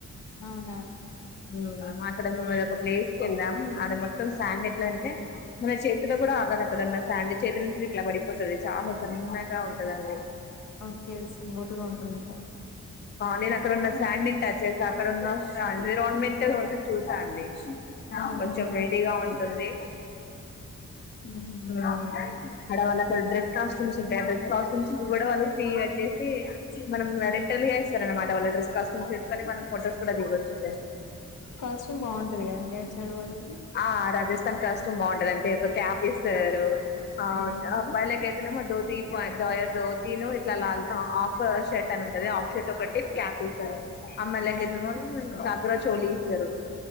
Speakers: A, on the left (about 80°); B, on the left (about 35°).
A: అవునా
B: యూ అక్కడ మేము ఒక ప్లేస్ కి వెళ్ళాం ఆడ మొత్తం శాండ్ ఎట్లా అంటే మన చేతులో కూడా ఆగదు అక్కడ ఉన్న శాండ్ చేతి నుంచి ఇట్లా పడిపోతుంది చాలా సన్నగా ఉంటదండి
A: ఓకే స్మూత గా ఉంటుంది
B: నేను అక్కడన్న శాండ్ ను టచ్ చేసాను అక్కడన్న ఎన్విరాన్మెంట్ చూసా అండి
A: ఓకే
B: కొంచం వేడి గా ఉండు టుంది
A: ఉహు.
B: అ ఆడ వాళ్ల డ్రెస్ కాస్ట్యూమ్స్ ఉంటాయి ఆ డ్రెస్ కాస్ట్యూ మ్స్ కూడా వాళ్ళు ఫీ కట్టేసి మనం రెంటల్ గా ఇస్తారు అనమాట వాళ్ళ డ్రెస్ కాస్ట్ యూమ్స్ మనం ఫొటోస్ కూడా దిగొచ్చు
A: కాస్ట్యూమ్ బాగుంటది కదా రైట్ సైడ్ వాళ్ళది
B: ఆ రాజస్ తన కాస్ట్యూమ్ బాగుంటది అంటే క్యాప్ ఇస్తారు ఆ
A: ఉమ్,
B: అబ్బాయిలకయితేనేమో దో తీపయ జాయ్ జోతిను ఇట్లా లా హాఫ్ షర్ట్ అని ఉంటది హాఫ్ షర్ట్ ఒకటి క్యాప్ ఇస్తారు అమ్ల <unintelligible>
A: అవును
B: మ్ర చోలి ఇస్తారు